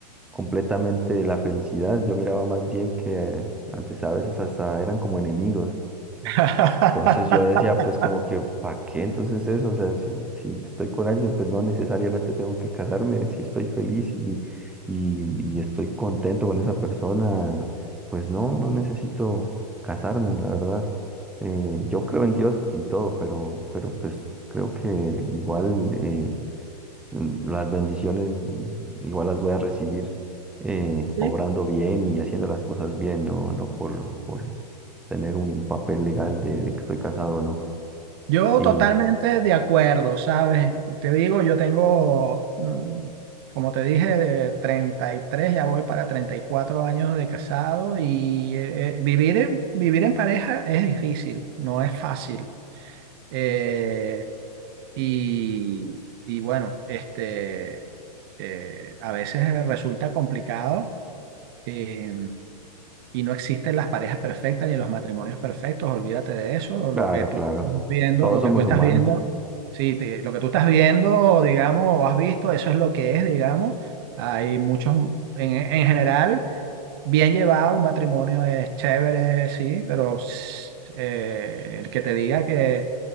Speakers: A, in the centre; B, on the right.
A: completamente la felicidad, yo miraba más bien que eh, antes a veces hasta eran como enemigos.
B: <laughs>
A: Entonces yo decía, pues como que, ¿para qué entonces eso? O sea, si, si estoy con alguien, pues no necesariamente tengo que casarme. Si estoy feliz y, y, y estoy contento con esa persona, pues no, no necesito casarme, la verdad. Eh, yo creo en Dios y todo, pero, pero pues creo que igual eh, mm, Las bendiciones mm, igual las voy a recibir eh,
B: Sí.
A: obrando bien y haciendo las cosas bien, no, no por, por tener un papel legal de, de que estoy casado o no.
B: Yo
A: Y
B: totalmente de acuerdo, ¿sabes? Te digo, yo tengo, mm, como te dije, de 33, ya voy para 34 años de casado y eh, eh, vivir en, vivir en pareja es difícil, no es fácil. Eh, y, y bueno, este, eh, a veces resulta complicado. eh, Y no existen las parejas perfectas ni los matrimonios perfectos, olvídate de eso. O
A: claro,
B: Lo que tú
A: claro,
B: estás viendo,
A: todos
B: lo
A: somos
B: que tú estás
A: humanos.
B: viendo, sí, te- lo que tú estás viendo, digamos, o has visto, eso es lo que es, digamos. Hay muchos, en, en general, bien llevado, un matrimonio es chévere, sí, pero s- eh, el que te diga que